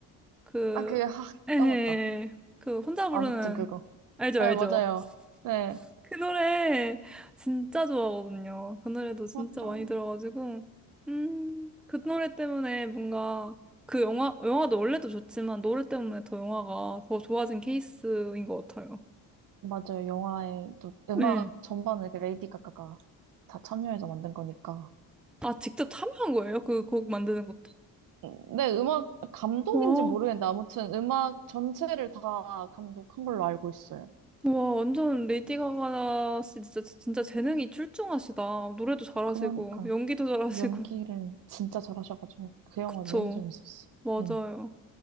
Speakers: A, in the centre; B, on the right.
A: 그
B: 아, 그, 아,
A: 에헤
B: 까먹었다.
A: 그 혼자 부르는
B: 아무튼 그거.
A: 알죠
B: 네,
A: 알죠.
B: 맞아요. 네.
A: 그 노래 진짜 좋아하거든요. 그 노래도 진짜
B: 맞죠.
A: 많이 들어가지고, 음, 그 노래 때문에 뭔가 그 영화, 영화도 원래도 좋지만 노래 때문에 더 영화가 더 좋아진 케이스인 것 같아요.
B: 맞아요. 영화에 또 음악
A: 네.
B: 전반을 그 레이디 가가가 다 참여해서 만든 거니까.
A: 아, 직접 참여한 거예요? 그 곡 만드는 것도?
B: 음, 네, 음악 감독인지
A: 와,
B: 모르겠는데 아무튼 음악 전체를 다 감독한 걸로 알고 있어요.
A: 와, 완전 레이디 가가 씨 진짜, 진짜 재능이 출중하시다. 노래도 잘하시고,
B: 그러니까
A: 연기도 잘하시고.
B: 연기를
A: <laughs>
B: 진짜 잘하셔가지고 그 영화
A: 그쵸.
B: 너무 재밌었어요.
A: 맞아요.
B: 네.